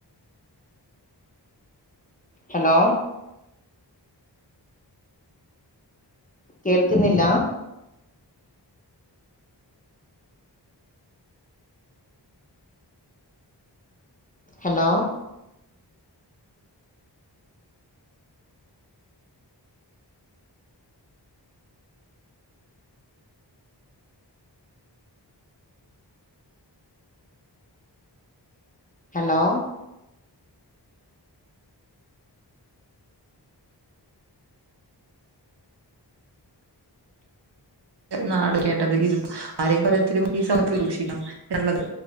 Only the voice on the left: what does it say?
hello കേൾക്കുന്നില്ലാ ഹലോ ഹലോ